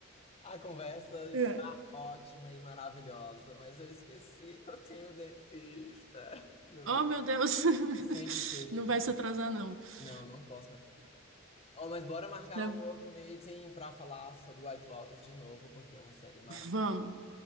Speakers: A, on the left (about 30°); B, on the right (about 75°).
A: A conversa está
B: é.
A: ótima e maravilhosa, mas eu esqueci que eu tenho dentista. <laughs> Meu
B: Oh,
A: Deus.
B: meu Deus! <laughs>
A: Sempre esqueço
B: Não
A: que
B: vai
A: eu tenho-
B: se atrasar,
A: dentista.
B: não. <laughs>
A: Não, não posso. me- atrasar. Oh, mas bora marcar
B: Tá-
A: um outro meeting pra falar sobre White Lotus de novo, porque é uma série maravilhosa.
B: Vamos,